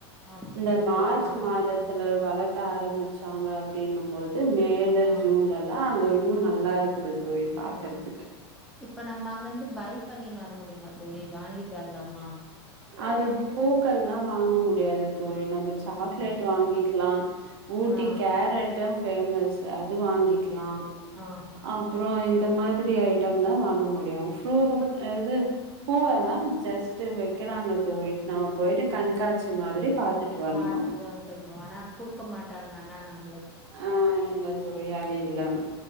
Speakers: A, in the centre; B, on the right (about 80°).
A: அப்படியா
B: இந்த மார்ச்
A: தோழி ஆ
B: மாதத்துல வளர்க்க ஆரம்பிச்சாங்க அப்பிடனு போது மே ஏ
A: ஆ
B: ஜூன்லதா அங்க இன் இன்னு நல்லா இருக்குது தோழி பாக்கறதுக்கு
A: ஹம் இப்ப நம்ம அங்க வந்து பை பண்ணிணு வர முடிய அமா தோழி வாங்கி தரலம்மா
B: அது பூக்கள்ளா வாங்க முடியாது தோழி நம்ம சாக்லேட்
A: ஆ
B: வாங்கிக்கலா ஊட்டி
A: ஆ
B: கேரட்டு பேஃமஸ் அது வாங்கிக்கலா
A: ஆ
B: அப்புற இந்த மாதிரி ஐட்ட தா வாங்க முடியு ஃப்ரூட்
A: இப்ப
B: அது பூவேல்லாம்
A: ஆ
B: ஜஸ்ட்ட் வை வைக்கிறாங்க தோழி நம்ம போயிட்டு கண்காட்சி மாதிரி பாத்துட்டு வரணும்
A: பாத்துட்டு வந்துடனு ஆனா குடுக்க மாட்டாங்க ஆனா நம்ம
B: ஆ இல்ல தோழி அது இல்லாம